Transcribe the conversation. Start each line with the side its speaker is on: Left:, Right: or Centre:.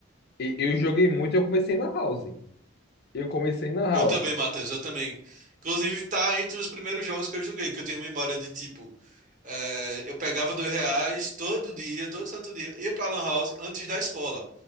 Left: e- eu joguei muito, eu comecei na House. Eu comecei na House.
Right: Eu também, Matheus, eu também. Inclusive, tá entre os primeiros jogos que eu joguei, que eu tenho memória de tipo. eh, eu pegava dois reais todo dia, todo santo dia, ia pra Lan House antes da escola.